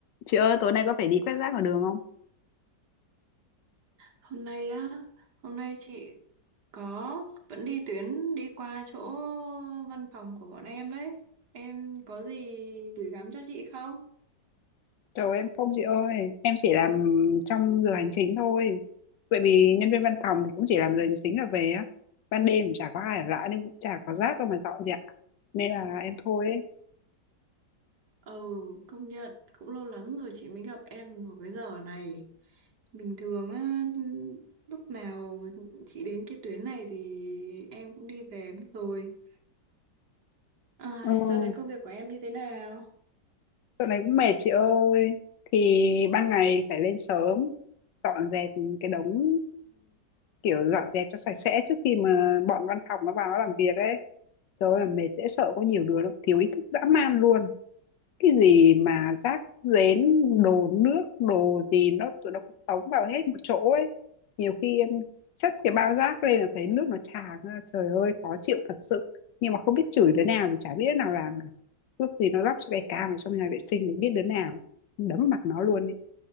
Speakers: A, on the left; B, on the right.
A: Chị ơi, tối nay có phải đi quét rác ở đường không?
B: Hôm nay á, hôm nay chị có vẫn đi tuyến đi qua chỗ văn phòng của bọn em đấy. Em có gì gửi gắm cho chị không?
A: Trời em không chị ơi, em chỉ làm trong giờ hành chính thôi. Bởi vì nhân viên văn phòng thì cũng chỉ làm giờ hành chính là về á. Ban đêm cũng chả có ai ở lại nên cũng chả có rác đâu mà dọn dẹp. Nên là em thôi ấy.
B: Ừ, công nhận cũng lâu lắm rồi chị mới gặp em vào cái giờ này. Bình thường á, lúc nào chị đến cái tuyến này thì em cũng đi về mất rồi. À,
A: Ừ,
B: dạo này công việc của em như thế nào?
A: dạo này cũng mệt chị ơi. Thì ban ngày phải lên sớm, dọn dẹp cái đống kiểu dọn dẹp cho sạch sẽ trước khi mà bọn văn phòng nó vào nó làm việc ấy. Trời ơi, là mệt dễ sợ có nhiều đứa nó thiếu ý thức dã man luôn. cái gì mà rác rến đồ nước đồ gì nó tụi nó cũng tống vào hết một chỗ ấy nhiều khi em xách cái bao rác lên là thấy nước nó tràn ra trời ơi khó chịu thật sự nhưng mà không biết chửi đứa nào thì chả biết đứa nào làm cả ước gì nó lắp cho cái cam ở trong nhà vệ sinh để biết đứa nào đấm mặt nó luôn ấy